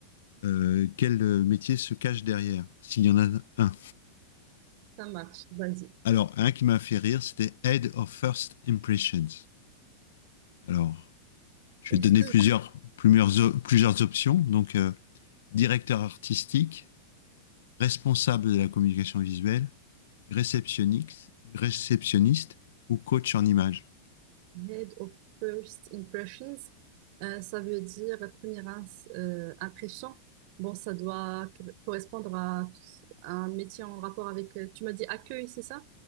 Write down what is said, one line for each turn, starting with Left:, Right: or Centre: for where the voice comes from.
Left: euh, quel euh, métier se cache derrière, s'il y en a un.
Right: ça marche, vas-y.
Left: Alors, un qui m'a fait rire, c'était Head of First Impressions. Alors, je
Right: Est-ce
Left: vais te donner
Right: que
Left: plusieurs, plusieurs, plusieurs options. Donc, euh, directeur artistique, responsable de la communication visuelle, réceptionniste, réceptionniste ou coach en images.
Right: head of first impressions, euh, ça veut dire première ins- euh, impression? Bon, ça doit correspondre à, à un métier en rapport avec, euh, tu m'as dit accueil, c'est ça?